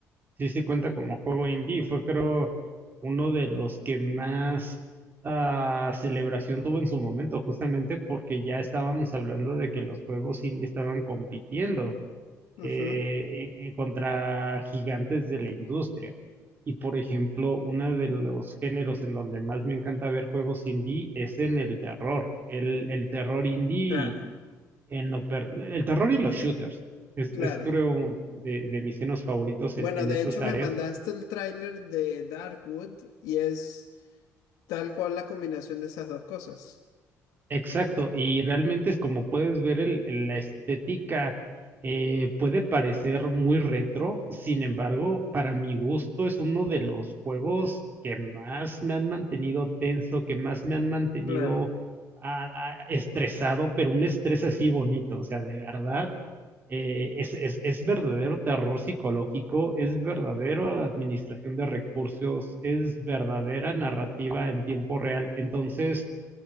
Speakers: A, on the right; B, on the left.
A: sí, sí cuenta como juego indie. Fue creo uno de los que más ah, celebración tuvo en su momento, justamente porque ya estábamos hablando de que los juegos indie estaban compitiendo eh,
B: Ujú,
A: en- en contra gigantes de la industria. Y por ejemplo, uno de los géneros en donde más me encanta ver juegos indie es en el terror. El, el terror indie,
B: Claro,
A: en lo per- el terror y los shooters. Es,
B: claro.
A: es creo de, de mis géneros favoritos
B: Bueno,
A: en, en
B: de
A: esas
B: hecho
A: áreas.
B: me mandaste el tráiler de Darkwood y es tal cual la combinación de esas dos cosas.
A: Exacto, y realmente es como puedes ver el- el- la estética eh, puede parecer muy retro, sin embargo, para mi gusto es uno de los juegos que más me han mantenido tenso, que más me han mantenido
B: Claro,
A: ah, ah, estresado, pero un estrés así bonito, o sea, de verdad, eh, es, es, es verdadero terror psicológico, es verdadera administración de recursos, es verdadera narrativa en tiempo real, entonces